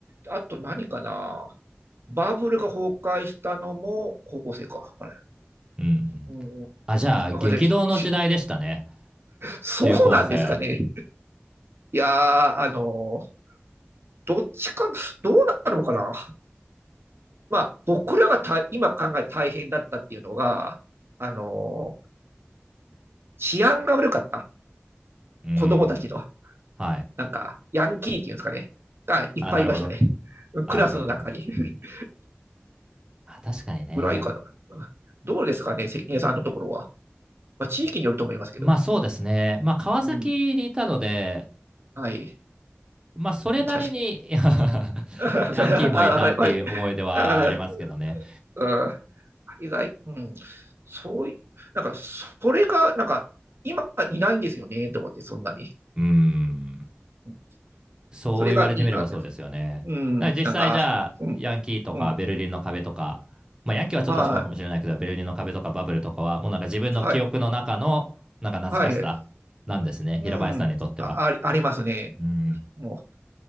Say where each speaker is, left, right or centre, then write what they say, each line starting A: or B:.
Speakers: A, on the right (about 65°); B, on the right (about 20°).
A: あと何かな。バブルが崩壊したのも高校生か。あれ。
B: うんうん。
A: うん。
B: あ、じゃあ、
A: あ、
B: 激動の時代でしたね。
A: ごめんなさい。しそうなんですかね。
B: 中高生。
A: いやー、あのーどっちか、どうなるのかな。まあ、僕らがた今考えて大変だったっていうのが、あのー治安が悪かった。
B: うん。
A: 子供たちの。
B: はい。
A: なんか、ヤンキーっていうんですかね、がいっぱいいましたね。
B: あ、なるほど。あ、
A: クラスの中に。
B: <laughs>
A: <laughs>
B: あ確かにね。
A: ぐらいかな。どうですかね、関根さんのところは。まあ、地域によると思いますけど。
B: まあそうですね。まあ川崎にいたので、
A: うん。はい。
B: まあ、それなりに
A: 確かに。
B: <laughs>
A: <laughs>
B: ヤンキーもいたっていう思い出はありますけどね。
A: あ、わかる、わかる。あうん意外、うん。そういうなんか、それが、なんか、今いないんですよね、と思って、そんなに。
B: うん。
A: うん
B: そう言われてみればそうですよね。
A: それがいいなって。うん、
B: だから実際じゃあ、
A: なんか、うん、
B: ヤンキーとかベルリンの壁とか、
A: うん。
B: まあ、ヤンキーはちょっと違うかもしれないけど、
A: はい、
B: ベルリンの壁とかバブルとかは、もうなんか自分の記憶の中の、
A: はい、
B: なんか懐かしさなんですね。
A: はい。うん、
B: 平林さんにとっては。
A: あ、ありありますね。
B: うん。
A: も